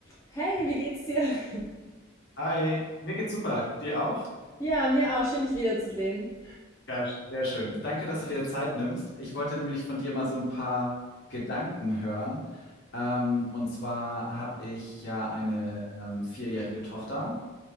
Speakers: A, on the left; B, on the left.
A: Hey, wie geht's dir? <laughs>
B: Hi, mir geht's super. Dir auch?
A: Ja, mir auch. Schön, dich wiederzusehen.
B: Ja, sch- sehr schön. Danke, dass du dir Zeit nimmst. Ich wollte nämlich von dir mal so ein paar Gedanken hören. Ähm, und zwar habe ich ja eine ähm, vierjährige Tochter